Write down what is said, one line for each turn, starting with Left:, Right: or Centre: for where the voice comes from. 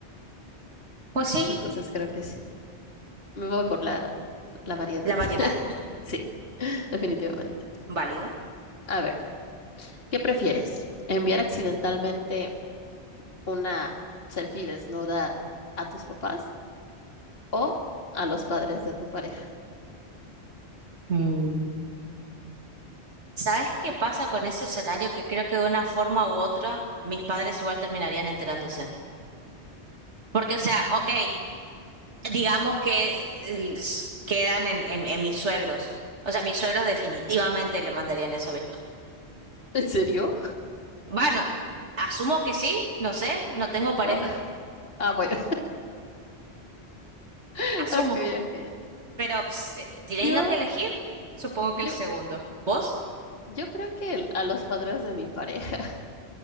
Right: pues sí,
Left: Entonces creo que sí. Me voy por la, la variedad.
Right: la variedad.
Left: <laughs> Sí, definitivamente.
Right: Válido.
Left: A ver, ¿qué prefieres? ¿Enviar accidentalmente una selfie desnuda a tus papás o a los padres de tu pareja?
Right: Mm. ¿Sabes qué pasa con ese escenario? Que creo que de una forma u otra mis padres igual terminarían enterándose. Porque, o sea, ok, digamos que eh, s- quedan en, en, en mis suegros. O sea, mis suegros definitivamente le mandarían eso mismo.
Left: <laughs> ¿En serio?
Right: Bueno, asumo que sí, no sé, no tengo pareja,
Left: Oh, ah, bueno. <laughs>
Right: asumo.
Left: Ok, ok. ok.
Right: Pero ps, teniendo
Left: Yo,
Right: que elegir, supongo
Left: yo,
Right: que el segundo. ¿Vos?
Left: yo creo que el- a los padres de mi pareja.